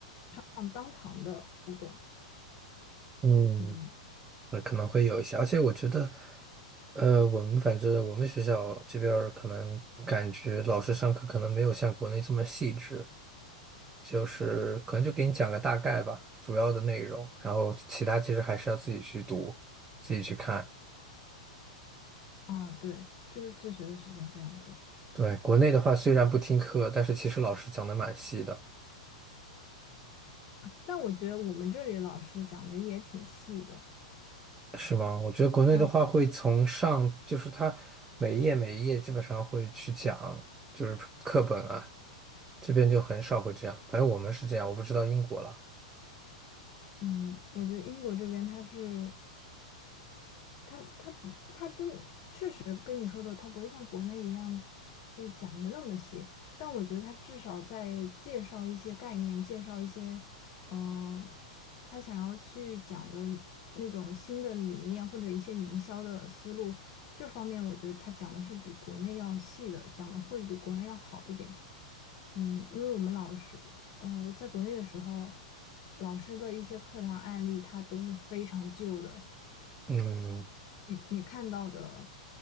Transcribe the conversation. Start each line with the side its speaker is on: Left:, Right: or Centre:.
Left: 放当堂的互动。
Right: 嗯，
Left: 嗯，
Right: 呃可能会有一些，而且我觉得，呃，我们反正我们学校这边儿可能感觉老师上课可能没有像国内这么细致，就是可能就给你讲个大概吧，主要的内容，然后其他其实还是要自己去读，自己去看。
Left: 啊，对，就是自学的时间非常多。
Right: 对，国内的话虽然不听课，但是其实老师讲的蛮细的。
Left: 但我觉得我们这里老师讲的也挺细的。
Right: 是吗？我觉得国内的话会从上，
Left: 嗯
Right: 就是它每一页每一页基本上会去讲，就是课本啊，这边就很少会这样。反正我们是这样，我不知道英国了。
Left: 嗯，我觉得英国这边他是他他他真实跟你说的，它不会像国内一样就是讲的那么细，但我觉得他至少在介绍一些概念，介绍一些呃，他想要去讲的那种新的理念或者一些营销的思路，这方面我觉得他讲的是比国内要细的，讲的会比国内要好一点。嗯，因为我们老师呃，在国内的时候，老师的一些课堂案例，它都是非常旧的。
Right: 嗯
Left: 嗯，你看到的，